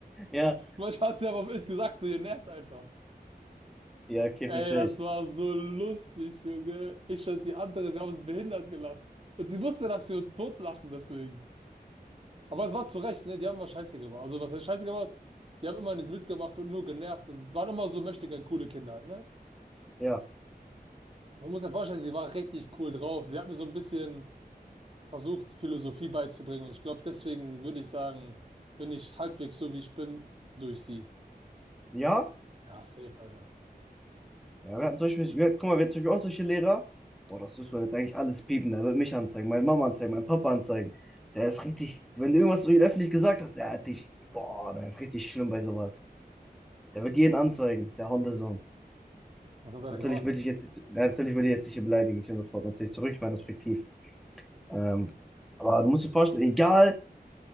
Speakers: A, in the centre; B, on the right (about 35°).
A: Ja.
B: Manchmal hat sie aber auch ehrlich gesagt, so ihr nervt einfach.
A: Ja, okay,
B: Ey,
A: verstehe
B: das
A: ich.
B: war so lustig, Junge. Ich und die andere, wir haben uns behindert gelacht. Und sie wusste, dass wir uns totlachen deswegen. Aber es war zu Recht, ne? Die haben immer Scheiße gebaut. Also was heißt Scheiße gebaut? Die haben immer nicht mitgemacht und nur genervt und waren immer so möchtegern coole Kinder halt, ne?
A: Ja.
B: Man muss sich vorstellen, sie war richtig cool drauf. Sie hat mir so ein bisschen versucht, Philosophie beizubringen. Und ich glaube, deswegen würde ich sagen, bin ich halbwegs so, wie ich bin, durch sie.
A: Ja?
B: Ja, safe, Alter.
A: Ja, wir hatten zum Beispiel, wir, guck mal, wir hatten zum Beispiel auch solche Lehrer. Boah, das müssen wir jetzt eigentlich alles piepen. Der wird mich anzeigen, meine Mama anzeigen, meinen Papa anzeigen. Der ist richtig, wenn du irgendwas so ihn öffentlich gesagt hast, der hat dich, boah, der ist richtig schlimm bei sowas. Der wird jeden anzeigen, der Hundesohn.
B: Was hat er
A: Natürlich
B: denn gemacht?
A: würde ich jetzt, ja, natürlich würde ich jetzt nicht hier beleidigen. Ich nehme das Wort natürlich zurück, ich meine das fiktiv. Ähm, aber du musst dir vorstellen, egal